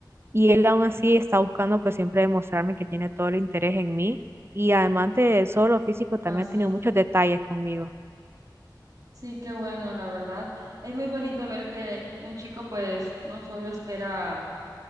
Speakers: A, on the right; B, on the right.
A: y él aún así está buscando pues siempre demostrarme que tiene todo el interés en mí, y además de solo físico, también
B: Ah, sí.
A: ha tenido muchos detalles conmigo.
B: Sí, qué bueno, la verdad. Es muy bonito ver que un chico pues no solo espera